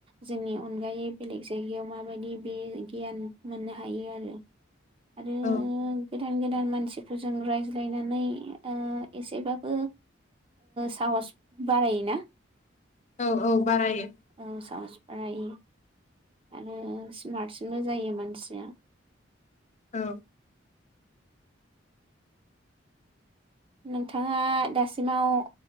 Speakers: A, on the right (about 30°); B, on the left (about 40°).
A: जोंनि अनगायै बेलेग जायगायाव माबायदि बे गियान मोननो हायो आरो। आरो
B: औ
A: गोदान गोदान मानसि। मानसिफोरजों रायज्लायनानै ओ एसेबाबो साहस बारायोना।
B: औ औ बारायो।
A: औ साहस बारायो आरो स्मार्टसिनबो जायो मानसिया।
B: औ।
A: नोंथाङा दासिमाव